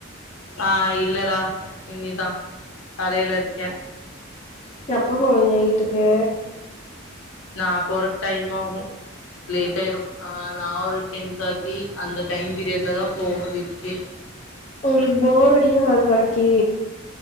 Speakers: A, on the left; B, on the left.
A: ஆ இல்லடா இனிதா கடேல இருக்கே
B: எப்ப போவீங்க வீட்டுக்கு
A: நா போறக் டைம் ஆகு லேட்டாயிரு ஆ நா ஒரு டென் தார்ட்டி அந்த டைம் பீரியட்ல தா போவே வீட்டுக்கே
B: உங்களுக்கு போர் அடிக்கி அது வரைக்கீ